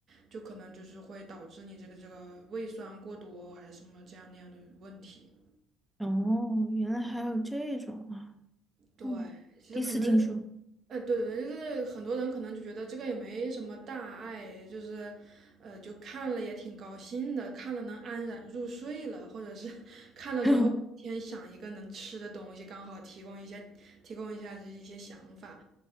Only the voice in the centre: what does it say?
哦，原来还有这种啊。
嗯，
第一次听说。
<laughs>